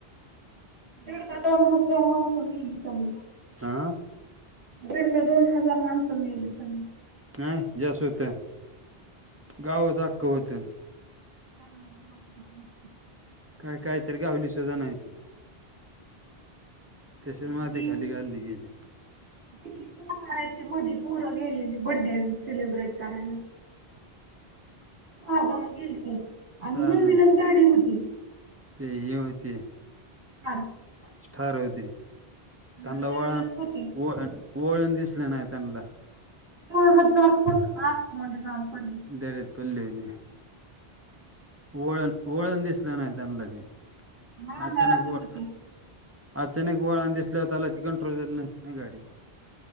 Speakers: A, on the right; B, on the right.
A: दीड दोन हजार माणसं मीली समी
B: हां
A: दीड का दोन हजार माणसं मिळेली सज
B: नाही जस होतं गावच अख्ख होते.
A: हा ह
B: काय काय तररी गावली सुद्धा नाहीे तसेच
A: आ
B: माती
A: त
B: खाली गाडली गेली
A: गली सातऱ्याची मदी पोरं गेलेली बड्डे सेलिब्रेट करायला
B: ह
A: महाारगाला गेल ते आम्ही
B: साधन
A: नवीनच गाडी होती
B: ते हे होते..
A: हां
B: स्टार होते. त्यांनला
A: नवीनच
B: वळण
A: होती.
B: वओळून दिसले नाही त्यांना
A: प हजार फुट आत मध्ये जाऊ पडली
B: र रुपल् हो ओळून ओळण दिसले ना त्यांनला ते
A: अंधाराची
B: अचानक ळ
A: होती.
B: अचानक वळ दिसल्या होताला ती कंट्रोल झाली नसती ना गाडी